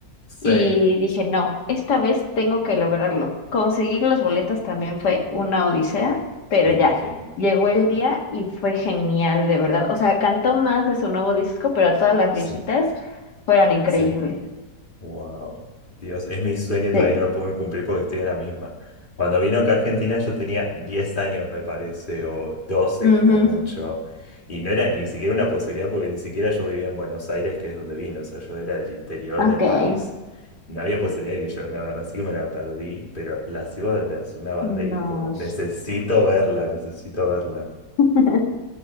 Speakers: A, on the left; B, on the left.
A: Sí,
B: y dije, no, esta vez tengo que lograrlo. Conseguir los boletos también fue una odisea, pero
A: me
B: ya,
A: imagino.
B: llegó el día y fue genial, de verdad. O sea, cantó más de su nuevo disco, pero todas las
A: Sí.
B: viejitas fueron increíbles.
A: sí. Wow, Dios, es mi sueño y todavía
B: Sí.
A: no lo puedo cumplir porque estoy en la misma. Cuando vino acá a Argentina yo tenía 10 años, me parece, o doce
B: Ujú.
A: como mucho. Y no era ni siquiera una posibilidad porque ni siquiera yo vivía en Buenos Aires, que es donde vino. O sea, yo era del interior
B: Ok.
A: del país. No había posibilidad de que yo venga a verla, así que me la perdí. Pero la sigo desde hace una banda
B: No.
A: y es como, necesito verla, necesito verla.
B: <laughs>